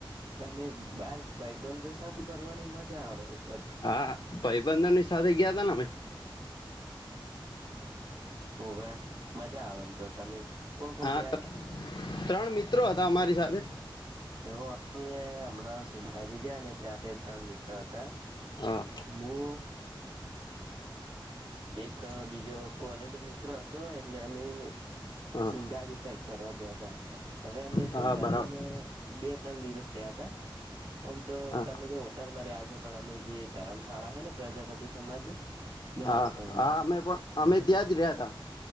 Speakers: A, on the right (about 75°); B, on the left (about 50°).
A: તમે બાર ભાઈબંધો સાથે ફરવાની મજા આવેધી
B: હા ભાઈબંધન ની સાથે ગયા ત ને અમે
A: ઓવે મજા આવે એમ તો તમે કોણ કોણ
B: હા
A: ગયા હતા
B: ત્રણ મિત્રો હતા અમારી સાથે
A: એવું અ હમણાં સુુંતાાજી ગયા ને ત્યારે ત્રણ મિત્ર હતા
B: હા
A: હું એક બીજો કોલેજ ન મિત્ર હતો એટલે અમે
B: હા
A: સુંદાજી સાઈડ ફરવા ગયા ત હવે અમે
B: હા
A: સુંદાજીમાં
B: બરાબર
A: બે ત્રણ દિવસ રહ્યા હતા આમ તો
B: હા
A: તમે જો તમે રયા હશો પણ અમે જે ધરમશાળા હે ને પ્રજાપતિ સમાજની ત્યાં
B: હા
A: રોકાણા
B: હા અમે પણ અમે ત્યાં જ રહ્યા તા